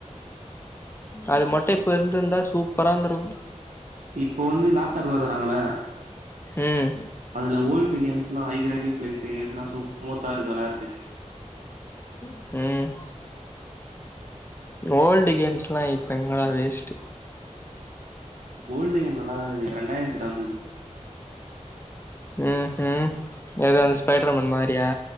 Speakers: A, on the left (about 20°); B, on the right (about 75°).
A: அது மட்டும் இப்ப இருந்திருந்தா சூப்பரா இருந்துருகு
B: இப்போ வந்து லேப்டாப்ல தராங்கள
A: ம்
B: அதுல ஓல்டு கேம்ஸ்ல்லா ஹை கிராபிக்ஸ்ல இருக்து ஏத்துனா சு ஸ்மூத்தா இருக்கு வெலாடுறதுக்கு
A: உம் ஓல்டு கேம்ஸ்ல்லா இப்ப எங்கடா வேஷ்ட்டு
B: கோல்டு கேம் நல்லா இருது இரண்டாயிரத்துல வந்தது
A: அ அ ஏதாவது ஸ்பைடர்மேன் மாரியா